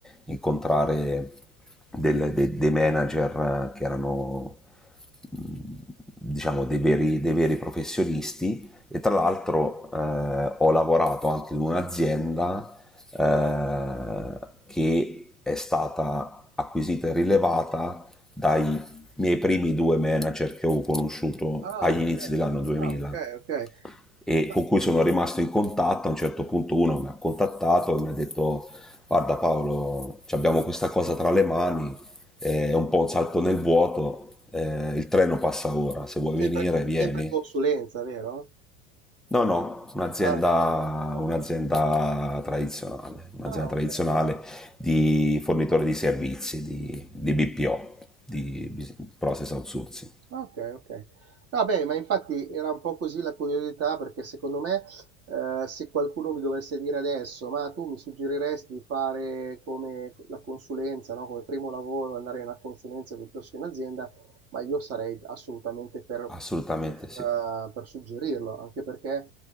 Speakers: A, in the centre; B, on the right.
A: incontrare del- de- dei manager eh, che erano diciamo, dei veri, dei veri professionisti e tra l'altro eh, ho lavorato anche in un'azienda eh, che è stata acquisita e rilevata dai miei primi due manager che ho conosciuto
B: Ah,
A: agli
B: ok.
A: inizi dell'anno 2000
B: Ah, ok, ok.
A: e
B: Ma
A: con cui sono rimasto in contatto. A un certo punto uno mi ha contattato e mi ha detto guarda Paolo, abbiamo questa cosa tra le mani, è un po' un salto nel vuoto, eh, il treno passa ora, se vuoi
B: sempre,
A: venire
B: co-
A: vieni.
B: sempre consulenza, vero?
A: No, no, un'azienda,
B: Ah, no. Ah,
A: un'azienda
B: ah.
A: tradizionale, un'azienda
B: Ah, ok.
A: tradizionale di fornitore di servizi, di, di BPO, di Business Process Outsourcing.
B: Okay, okay. No beh, ma infatti era un po' così la curiosità perché secondo me, ehm, se qualcuno mi dovesse dire adesso: "Ma tu mi suggeriresti di fare come la consulenza, no, come primo lavoro, andare in una consulenza piuttosto che in azienda", ma io sarei assolutamente per
A: Assolutamente
B: per
A: sì.
B: eh, per suggerirlo, anche perché,